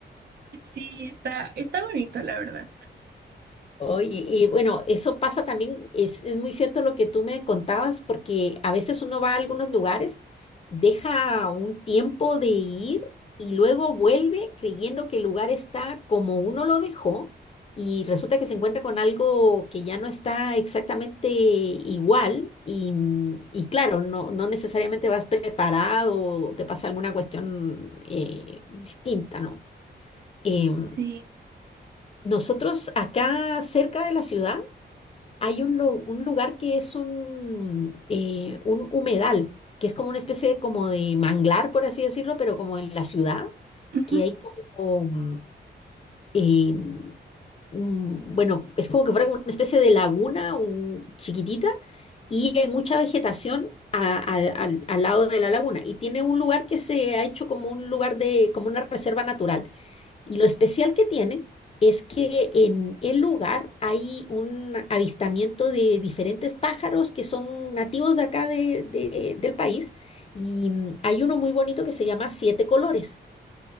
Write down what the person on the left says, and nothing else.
Oye, y bueno, eso pasa también, es, es muy cierto lo que tú me contabas, porque a veces uno va a algunos lugares, deja un tiempo de ir y luego vuelve creyendo que el lugar está como uno lo dejó y resulta que se encuentra con algo que ya no está exactamente igual y, y claro, no, no necesariamente vas preparado o te pasa alguna cuestión eh, distinta, ¿no? Em,
nosotros acá cerca de la ciudad, hay un, lu- un lugar que es un, eh, un humedal, que es como una especie de, como de manglar, por así decirlo, pero como en la ciudad,
que hay como, mm, eh, mm, bueno, es como que fuera como una especie de laguna un- chiquitita y hay mucha vegetación. a- al al- al lado de la laguna y tiene un lugar que se ha hecho como un lugar de, como una reserva natural. Y lo especial que tienen es que en el lugar hay un avistamiento de diferentes pájaros que son nativos de acá de- de- del país. Y mm, hay uno muy bonito que se llama Siete Colores,